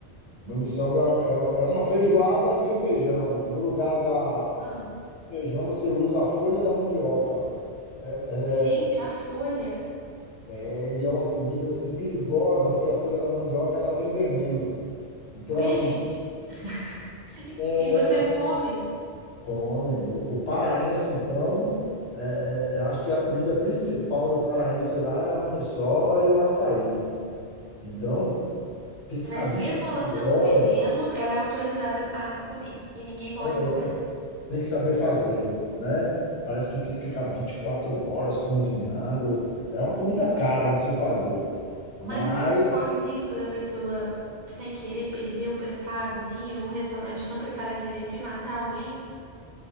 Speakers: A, on the left; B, on the right.
A: Maniçoba é uma, é uma é uma feijoada sem feijão. No lugar da
B: Ah,
A: feijão, você usa a folha da mandioca. Ela
B: gente, a folha.
A: é, e é uma comida assim perigosa, porque a folha da mandioca ela tem veneno. Então
B: Ué,
A: ela precisa,
B: gente. <laughs>
A: é,
B: E vocês
A: ela tem-
B: comem?
A: come. O, o paraense então, é, é, eu acho que a comida principal do paraense lá é a maniçoba e o açaí. Então tem que
B: Mas
A: ficar 24
B: mesmo ela sendo
A: horas,
B: um veneno, ela é autorizada a comer. E ninguém morre
A: é,
B: comendo.
A: eu- tem que saber fazer, né? Parece que tem que ficar 24 horas cozinhando. É uma comida cara de se fazer, mas
B: Mas não corre o risco da pessoa, sem querer, perder o preparo ali, ou o restaurante não preparar direito e matar alguém?